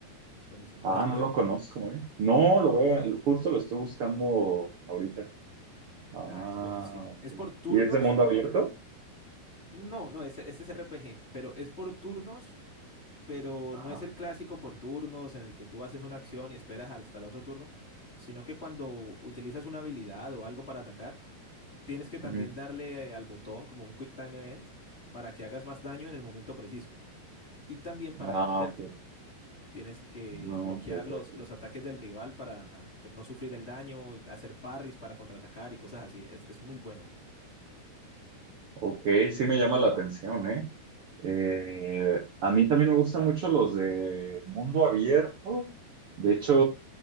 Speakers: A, on the left (about 20°); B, on the right (about 75°).
A: Es buenísimo.
B: Ah,
A: ¿Lo has escuchado?
B: no lo conozco, ¿eh? No, lo voy a, lo- justo lo estoy buscando ahorita. Ah,
A: Ah, es buenísimo.
B: ok.
A: ¿Es por turnos?
B: ¿Y es de mundo abierto?
A: No, no, ese, ese es RPG, pero es por turnos, pero
B: Ah,
A: no es el clásico por turnos en el que tú haces una acción y esperas hasta el otro turno, sino que cuando utilizas una habilidad o algo para atacar, tienes que
B: ujú.
A: también darle eh, al botón como un Quick Time Event para que hagas más daño en el momento preciso y también para defenderte.
B: Ah, ok.
A: Tienes que
B: No,
A: bloquear
B: no, ok, ok,
A: los,
B: ok.
A: los ataques del rival para pues, no sufrir el daño, hacer parries para contraatacar y cosas así. Es, es muy bueno.
B: Ok, sí me llama la atención, ¿eh? Eh, a mí también me gustan mucho los de mundo abierto. De hecho,